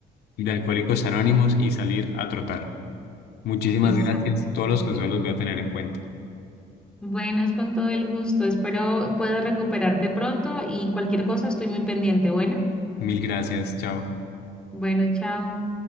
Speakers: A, on the left; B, in the centre.
A: de alcohólicos anónimos y salir a trotar. Muchísimas
B: Exacto,
A: gracias. Todos
B: perfecto.
A: los consejos los voy a tener en cuenta.
B: Bueno, es con todo el gusto. Espero puedas recuperarte pronto y cualquier cosa estoy muy pendiente. Bueno,
A: Mil gracias, chao.
B: bueno, chao.